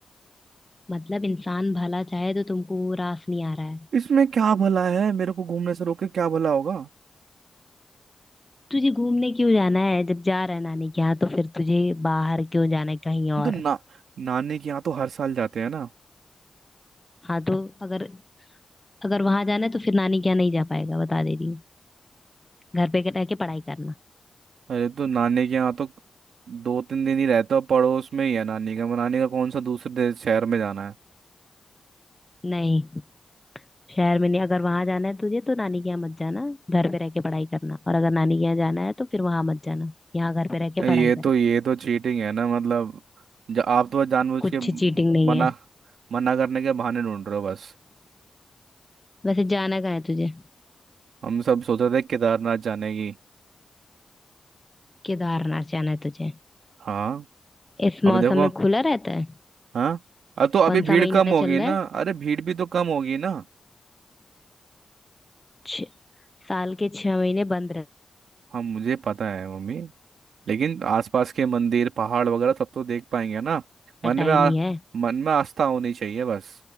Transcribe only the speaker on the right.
इसमें क्या भला है मेरे को घूमने से रोके क्या भला होगा
हम तो
ना नानी के यहाँ तो हर साल जाते हैं ना
अरे तो नानी के यहाँ तो दो तीन दिन ही रहता हूँ पड़ोस में ही है नानी का नानी का कौन सा दूसरे दे- शहर में जाना
है ये
तो
ये तो चीटिंग है ना मतलब ज- आप तो बस जानबूझ
के
मना
मना करने के बहाने ढूंढ रहे हो बस
हम सब सोच रहे थे केदारनाथ जाने की
हाँ
अभी
देखो
हाँ अब तो अभी
भीड़
कम होगी
ना
अरे भीड़ भी तो कम होगी ना
हाँ मुझे पता है मम्मी लेकिन आसपास के मंदिर पहाड़ वगैरह सब तो देख पाएंगे ना मन
में आ,
मन में आस्था होनी चाहिए बस